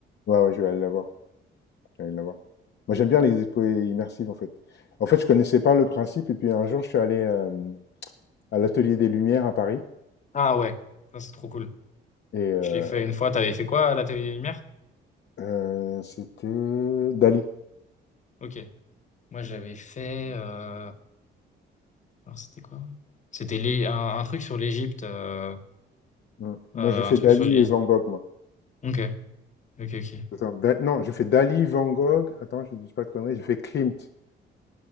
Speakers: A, on the left; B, on the left.
A: Ouais, ouais, je vais aller la voir. Je vais aller la voir. Moi, j'aime bien les expos immersives, en fait. En fait, je connaissais pas le principe, et puis un jour, je suis allé euh, à l'Atelier des Lumières à Paris,
B: Ah ouais, ça, c'est trop cool.
A: et euh,
B: Je l'ai fait une fois. T'avais fait quoi à l'Atelier des Lumières?
A: euh, c'était Dali.
B: Ok. Moi, j'avais fait, euh... alors, c'était quoi? C'était l'É- un, un truc sur l'Égypte, euh,
A: Mm. Non,
B: euh,
A: j'ai fait
B: un truc
A: Dali
B: sur l'Égypte.
A: et Van Gogh, moi.
B: Ok, ok, ok.
A: Attends, Da- non, j'ai fait Dali, Van Gogh, attends, je ne dis pas de conneries, j'ai fait Klimt.